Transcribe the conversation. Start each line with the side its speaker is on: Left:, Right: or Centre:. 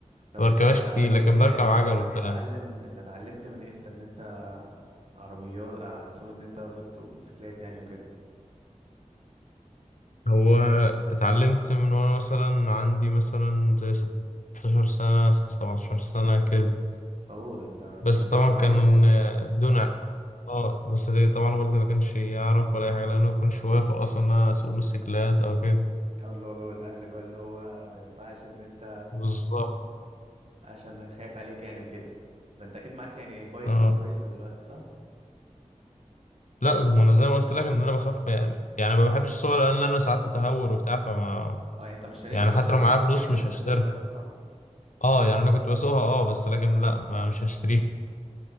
Right: طب
Left: بركبهاش
Right: انت
Left: كتير
Right: اساسا
Left: لكن بركب
Right: يعني
Left: عجل
Right: انت
Left: وبتاع
Right: بتتعلم انت اتعلمت من امتى ان انت عربيات اه، تسوق ان انت قصدك تسوق موتوسيكلات يعني وكده
Left: هو اتعلمت من وانا مثلا عندي مثلا زي 16 سنه 17 سنه كده
Right: اوه ده انت من
Left: بس
Right: وانت
Left: طبعا
Right: صغير
Left: كان
Right: يعني
Left: دون ع- اه بس ليه؟ طبعا والدي ما كانش يعرف ولا اي حاجه لانه ما كانش وافق اصلا ان انا اسوق موتوسيكلات او كده
Right: او اللي هو جو الاهل بقى اللي هو ما ينفعش ان انت
Left: بالظبط
Right: عشان خايف عليك يعني وكده ده انت اكيد معاك يعني بايك
Left: اه
Right: بقى كويسة دلوقتي صح؟
Left: لا زي- ما انا زي ما قلت لك ان انا بخاف يعني يعني ما بحبش السواقه لان انا ساعات متهور وبتاع فما
Right: اه يعني انت ما اشتريتش
Left: يعني
Right: اصلا
Left: حتى
Right: انت
Left: لو معايا
Right: كنت
Left: فلوس
Right: بتحب ان
Left: مش
Right: انت
Left: هشتريها
Right: تسوق بس صح؟
Left: اه يعني انا كنت بسوقها اه بس لكن لا ما مش هشتريها